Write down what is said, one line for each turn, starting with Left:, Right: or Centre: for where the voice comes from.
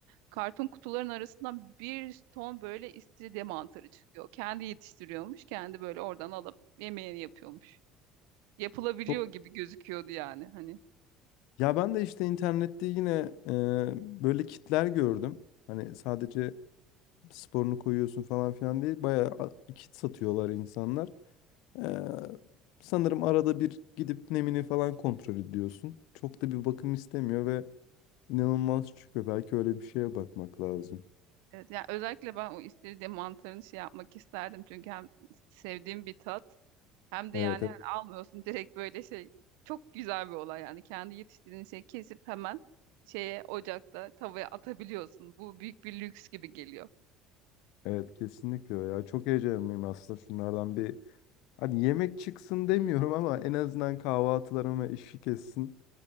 Right: Karton kutuların arasından bir ton böyle istiridye mantarı çıkıyor. Kendi yetiştiriyormuş kendi böyle oradan alıp yemeğini yapıyormuş. Yapılabiliyor
Left: Çok
Right: gibi gözüküyordu yani hani.
Left: ya ben de işte internette yine e, böyle kitler gördüm. Hani sadece sporunu koyuyorsun falan filan değil. Bayağı a- kit satıyorlar insanlar. E, sanırım arada bir gidip nemini falan kontrol ediyorsun. Çok da bir bakım istemiyor ve İnanılmaz çıkıyor. Belki öyle bir şeye bakmak lazım.
Right: Evet, yani özellikle ben o istiridye mantarını şey yapmak isterdim. Çünkü hem sevdiğim bir tat hem de
Left: Evet,
Right: yani
Left: evet,
Right: hani almıyorsun direkt böyle şey. Çok güzel bir olay yani. Kendi yetiştirdiğin şeyi kesip hemen şeye ocakta tavaya atabiliyorsun. Bu büyük bir lüks gibi geliyor.
Left: evet kesinlikle öyle ya. Çok heyecanlıyım aslında şunlardan bir. Hadi yemek çıksın demiyorum ama en azından kahvaltılarıma işi kessin.